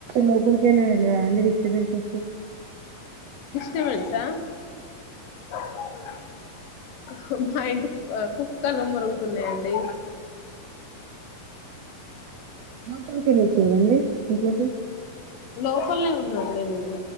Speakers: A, on the right; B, on the left.
A: మపు వెలద అడి విశ విశ్వ
B: మస కు మా ఇంటి కుక్కలు మరుగుతున్నాయంండి
A: లోపలికి వెళ్ళి వచ్చదండి ఇంట్లోకి
B: లోపల్ ఉందండి నేను